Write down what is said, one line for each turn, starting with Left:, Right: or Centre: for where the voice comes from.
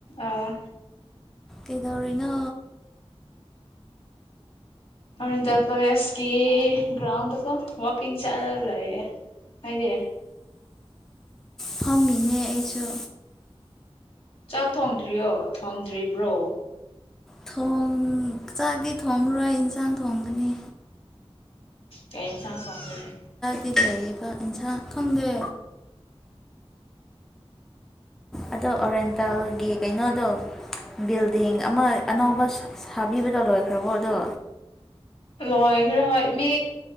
Left: ꯑꯥ
Centre: ꯑꯦꯗꯣꯧꯔꯅ
Left: ꯍꯧꯔ ꯇ ꯀꯋꯦꯁꯀꯤ ꯭ꯔꯥꯎꯟ ꯀꯣ ꯋꯥꯀꯤꯡ ꯆꯂꯂ ꯍꯥꯏꯗꯤ
Centre: ꯐꯝꯃꯤꯅꯦ ꯑꯩꯁꯨ
Left: ꯆꯥꯛ ꯊꯣꯡꯗ꯭ꯔꯤꯌꯣ ꯊꯣꯡꯗ꯭ꯔꯤꯕ꯭ꯔꯣ
Centre: ꯊꯣꯡ ꯆꯥꯛꯇꯤ ꯊꯣꯡꯉꯔꯣꯏ ꯏꯟꯁꯥꯡ ꯊꯣꯡꯒꯅꯤ
Left: ꯀꯟ ꯁꯥ ꯐꯕꯤꯗ
Centre: ꯐ ꯂꯥꯏꯕ ꯏꯟꯁ ꯈꯪꯗꯦ ꯑꯗꯣ ꯑꯣꯔꯦꯟꯇꯦꯜꯒꯤ ꯀꯩꯅꯣꯗꯣ ꯕꯤꯜꯗꯤꯡ ꯑꯃ ꯑꯅꯧꯕ ꯁꯥꯕꯤꯕꯗꯣ ꯂꯣꯏꯈ꯭ꯔꯕꯣ ꯑꯗꯣ
Left: ꯂꯣꯏꯈ꯭ꯔꯦ ꯍꯣꯏ ꯃꯤ